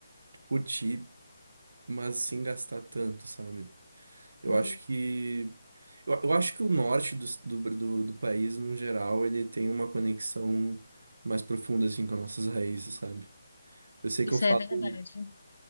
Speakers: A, on the right; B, on the left.
A: curtir, mas sem gastar tanto, sabe? Eu
B: Uhum.
A: acho que eu, eu acho que o norte do, do, do, do país, no geral, ele tem uma conexão mais profunda assim com as nossas raízes, sabe? Eu sei que
B: Isso
A: eu falo
B: é verdade.